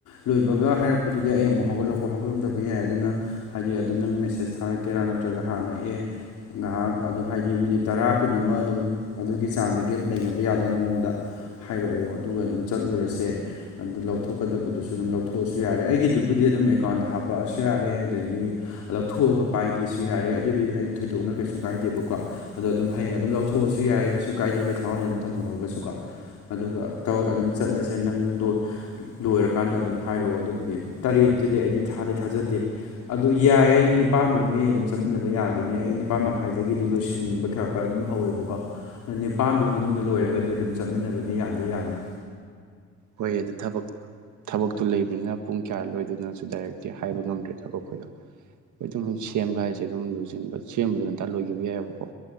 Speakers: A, on the left; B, on the right.
A: ꯂꯣꯏꯕꯒ ꯍꯥꯏꯔꯛꯄꯗꯨꯗꯤ ꯑꯩ ꯑꯃꯨꯛ ꯍꯧꯒꯠꯂꯛꯄ ꯍꯧꯒꯠꯂꯝꯗꯕ ꯌꯥꯏ ꯑꯗꯨꯅ ꯍꯥꯏꯗꯤ ꯑꯗꯨꯝ ꯅꯪ ꯃꯦꯁꯦꯁ ꯊꯥꯔꯛꯀꯦꯔꯥ ꯅꯠꯇ꯭ꯔꯒ ꯍꯥꯟꯅ ꯑꯦ ꯉꯥꯏꯍꯥꯛ ꯑꯗꯨꯝ ꯍꯥꯏꯗꯤ ꯃꯤꯅꯤꯠ ꯇꯔꯥ ꯀꯨꯟ ꯑꯃ ꯑꯗꯨꯝ ꯑꯗꯨꯒꯤ ꯆꯥꯡꯗ ꯒꯦꯞ ꯂꯩꯅꯕ ꯌꯥꯕꯒꯤ ꯃꯑꯣꯡꯗ ꯍꯥꯏꯔꯛꯑꯣ ꯑꯗꯨꯒ ꯑꯗꯨꯝ ꯆꯠꯂꯨꯔꯁꯦ ꯑꯗꯨ ꯂꯧꯊꯣꯛꯀꯗꯕꯗꯨꯁꯨ ꯑꯗꯨꯝ ꯂꯧꯊꯣꯛꯑꯁꯨ ꯌꯥꯔꯦ ꯑꯩꯒꯤꯗꯨꯕꯨꯗꯤ ꯑꯗꯨꯝ ꯑꯦꯀꯥꯎꯟꯗ ꯍꯥꯞꯄꯛꯑꯁꯨ ꯌꯥꯔꯦ ꯑꯗꯒꯤ ꯂꯧꯊꯣꯛꯑꯒ ꯄꯥꯏꯒꯦꯁꯨ ꯌꯥꯔꯦ ꯑꯗꯨꯗꯤ ꯑꯩ ꯊꯣꯏꯗꯣꯛꯅ ꯀꯩꯁꯨ ꯀꯥꯏꯗꯦꯕꯀꯣ ꯑꯗꯣ ꯑꯗꯨꯝ ꯍꯌꯦꯡ ꯑꯗꯨꯝ ꯂꯧ ꯊꯣꯛꯑꯁꯨ ꯌꯥꯏ ꯀꯩꯁꯨ ꯀꯥꯏꯗꯦ ꯄꯩꯁꯥ ꯑꯣꯏꯅ ꯑꯗꯨꯝ ꯊꯝꯍꯧꯔꯒꯁꯨꯀꯣ ꯑꯗꯨꯒ ꯇꯧ ꯑꯗꯨꯝ ꯆꯠꯂꯁꯦ ꯅꯪꯗꫭ ꯂꯣꯏꯔꯀꯥꯟꯗ ꯑꯗꯨꯝ ꯍꯥꯏꯔꯛꯑꯣ ꯑꯗꯨꯕꯨꯗꯤ ꯇꯔꯦꯠꯇꯨꯗꯤ ꯑꯩꯗꯤ ꯊꯥꯗꯤ ꯊꯥꯖꯗꯦ ꯑꯗꯨꯗꯣ ꯌꯥꯏꯌꯦ ꯅꯤꯄꯥꯥꯟꯗꫭ ꯅꯪ ꯑꯗꯨꯝ ꯆꯠꯃꯤꯟꯅꯕ ꯌꯥꯈꯤꯅꯤ ꯑꯩ ꯅꯤꯄꯥꯥꯟ ꯃꯈꯥꯏꯗꯒꯤꯗꯤ ꯂꯣꯏꯁꯤꯟꯕ ꯈꯔ ꯈꯔ ꯑꯗꯨꯝ ꯍꯧꯋꯦꯕꯀꯣ ꯅꯤꯄꯥꯥꯟ ꯐꯧ ꯃꯅꯨꯡꯗ ꯂꯣꯏꯔꯒꯗꯤ ꯑꯗꯨꯝ ꯆꯠꯃꯤꯟꯅꯕꯗꯤ ꯌꯥꯗꯤ ꯌꯥꯅꯤ
B: ꯍꯣꯏ ꯑꯗꯨ ꯊꯕꯛ ꯊꯕꯛꯇꯨ ꯂꯩꯕꯅꯤꯅ ꯄꯨꯡ ꯀꯌꯥ ꯂꯣꯏꯗꯣꯏꯅꯁꯨ ꯗꯥꯏꯔꯦꯛꯇꯤ ꯍꯥꯏꯕ ꯉꯝꯗ꯭ꯔꯦ ꯊꯕꯛ ꯑꯩꯈꯣꯏꯗꯣ ꯑꯩꯈꯣꯏ ꯑꯗꯨꯝ ꯁꯦꯝꯕ ꯍꯥꯏꯁꯦ ꯑꯗꯨꯝ ꯂꫭꯏꯁꯤꯟꯕ ꯁꯦꯝꯕꯗ ꯉꯟꯇ ꯂꯣꯏꯈꯤꯕ ꯌꯥꯏꯑꯕꯀꯣ